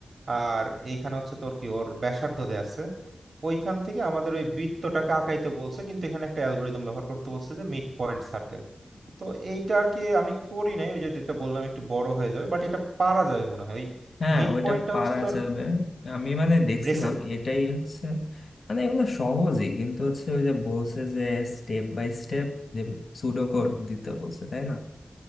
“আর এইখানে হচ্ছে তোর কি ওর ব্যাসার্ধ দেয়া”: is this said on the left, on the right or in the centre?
Right